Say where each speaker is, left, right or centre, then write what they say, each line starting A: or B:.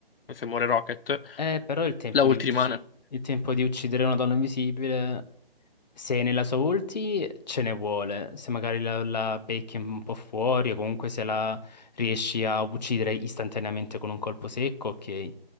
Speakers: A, on the left; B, on the left.
A: se muore Rocket,
B: Eh, però il tempo
A: la ulti
B: di ucci-
A: rimane.
B: il tempo di uccidere una donna invisibile Se nella sua ulti ce ne vuole, se magari la, la becchi un po' fuori o comunque se la riesci a uccidere istantaneamente con un colpo secco, ok.